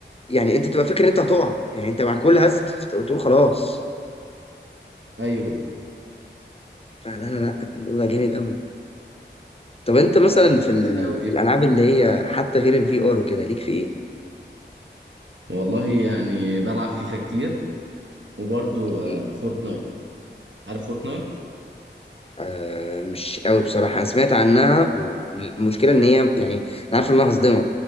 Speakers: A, on the left (about 30°); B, on the right (about 80°).
A: يعني انت بتبقى فاكر ان انت هتقع يعني انت مع كل هزه بت- بتقول خلاص
B: ايوه
A: فلا لا لا الموضوع ده جامد قوي طب انت مثلا
B: لا، دي
A: في,
B: لذيذة
A: ال...
B: أوي دي
A: في الالعاب اللي هي حتى غير الفي ار وكده ليك في ايه؟
B: والله يعني بلعب فيفا كتير وبرضو
A: يعني،
B: آه فورتنايت عارف فورتنايت
A: آه مش قوي بصراحه انا سمعت عنها والمشكله ان هي يعني انا عارف ان انا هصدمك